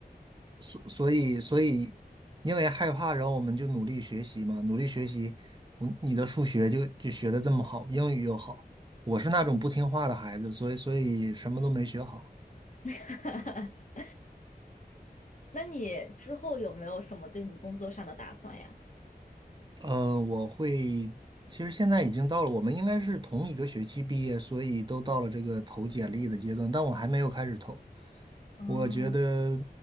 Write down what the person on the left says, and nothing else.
<laughs> 那你之后有没有什么对你工作上的打算呀？
嗯，